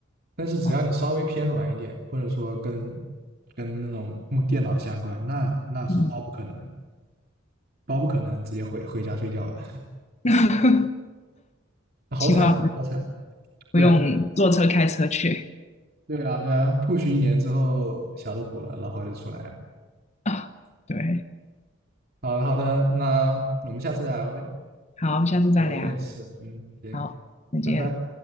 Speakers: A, on the right; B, on the left.
A: 但是只要你稍微偏软一点，
B: 哦，
A: 或者说跟跟那种木电脑相关，那那是包不可能，
B: 嗯，
A: 包不可能直接回回家睡觉的，
B: <laughs>
A: <laughs> 好惨啊，
B: 起码
A: 好惨。
B: 不用坐车开车去
A: 对。对啊，对啊，push 一年之后小的苦了，然后就出来了。
B: 啊。对，
A: 好的，好的，那我们下次再聊呗。
B: 好，下次再聊。
A: 对，我有点事，嗯，行，
B: 好，再见。
A: 拜拜。